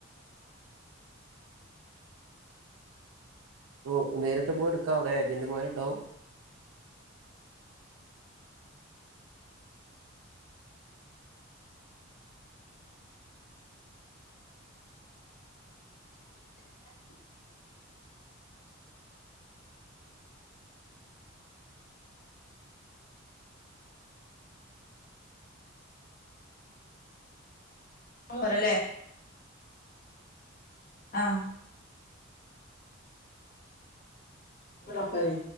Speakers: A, on the right; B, on the left.
A: ഓ നേരിട്ട് പോയി എടുക്കാവിടെ ഏജന്റുമാരുണ്ടാവും
B: ഓരല്ലേ ആ <unintelligible> യി